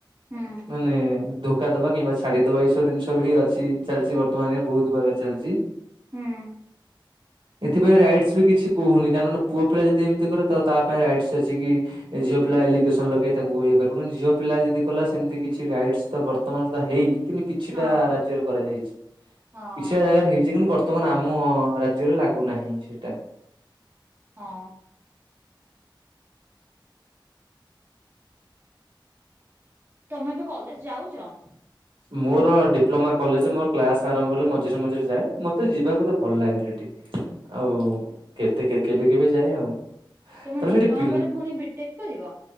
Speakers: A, on the right; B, on the right.
A: ହୁଁ
B: ମାନେ ଧୋକା ଦବା କିମ୍ବା ଛାଡିଦବା ଏଇସବୁ ଜିନିଷ ବି ଅଛି ଚାଲିଚି ବ ତଆନେ ବହୁତ ବାଗରେ ଚାଲିଚି।
A: ହୁଁ
B: ଏଥିପାଇଁ ରାଇଟ୍ସ ବି କିଛି କହୁନି କାରଣ ପୁଅ ପିଲା ଯଦି ଏମିତି କରିବ ତ ତା ପାଇଁ ରାଇଟ୍ସ ଅଛି କି ଏ ଝିଅ ପିଲା ଏଲିଗେସନ ଲଗେଇ ତାକୁ ଇଏ କରି <unintelligible> ଝିଅ ପିଲା ଯଦି କଲା ସେମିତି କିଛି ରାଇଟ୍ସ ତ ବର୍ତ୍ତମାନ ସୁଧା ହେଇନି କି କିଛିଟା
A: ହଁ
B: ରାଜ୍ୟରେ କରାଯାଇଛି
A: ହଁ।
B: କିଛିଟା ଜାଗାରେ ହେଇଛି କିନ୍ତୁ ବର୍ତ ର୍ତ୍ତମାନ ଆମ ରାଜ୍ୟରେ ଲାଗୁନାହିଁ ସେଟା।
A: ହଁ। ତମେ ଏବେ କଲେଜ ଯାଉଚ?
B: ମୋର ଡ଼ିପ୍ଲୋମା କଲେଜ ମୋ କ୍ଲାସ ଆରମ୍ଭ ହେଲେ ମଝିରେ ମଝିରେ ଯାଏ ମତେ ଯିବାକୁ ଏତେ ଭଲ ଲାଗେନି ହେଠି। ଆଉ କେତେ କେବେ କେବେ ଯାଏ ଆଉ।
A: ତମେ
B: ତାପରେ
A: ଡିପ୍ଲୋମା
B: ସେଠି ପିଲା
A: ପରେ ପୁଣି ବିଟେକ୍ କରିବ?